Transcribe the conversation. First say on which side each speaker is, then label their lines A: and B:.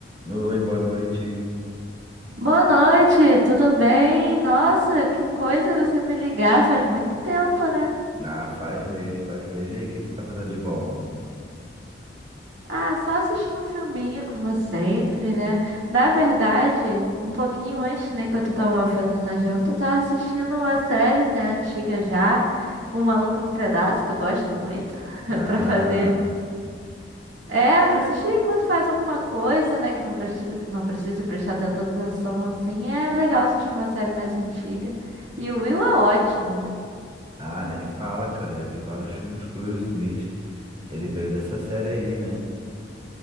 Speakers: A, on the right; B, on the right.
A: Oi, boa noite.
B: Boa noite, tudo bem? Nossa, que coisa você me ligar, faz muito tempo, né?
A: Ah, faz mês, faz mês. E aí, o que que você tá fazendo de bom?
B: Ah, só assistindo um filminho, como sempre, né? Na verdade, um pouquinho antes, né, quando eu tava fazendo a janta, eu tava assistindo uma série, né, antiga já, Um Maluco no Pedaço, que eu gosto muito, <laughs>
A: Ah,
B: pra fazer. É, pra assistir enquanto faz alguma coisa, né, que não preci- não precisa prestar tanta atenção assim, é legal assistir uma série mais antiga. E o Will é ótimo, né?
A: ah, nem fala, cara. Já vi vários filmes com o Will Smith. Ele veio dessa série aí, né?